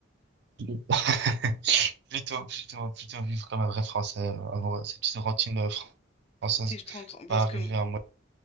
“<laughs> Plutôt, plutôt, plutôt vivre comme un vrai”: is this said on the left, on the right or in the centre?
Right